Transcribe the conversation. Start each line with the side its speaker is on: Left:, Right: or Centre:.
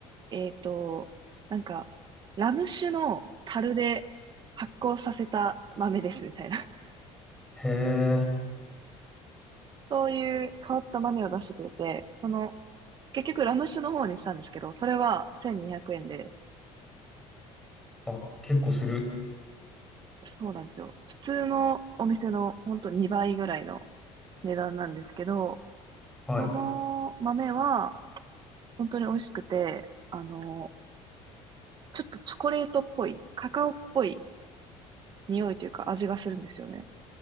Right: えっと、なんか、ラム酒の樽で発酵させた豆ですみたいな。<laughs>
Centre: へえ。
Right: そういう変わった豆を出してくれて、その、結局ラム酒の方にしたんですけど、それは1200円で、
Centre: あ、結構する。
Right: そうなんですよ。普通のお店のほんと2倍ぐらいの値段なんですけど、
Centre: はい。
Right: その豆は、本当に美味しくて、あの、ちょっとチョコレートっぽい、カカオっぽい匂いというか味がするんですよね。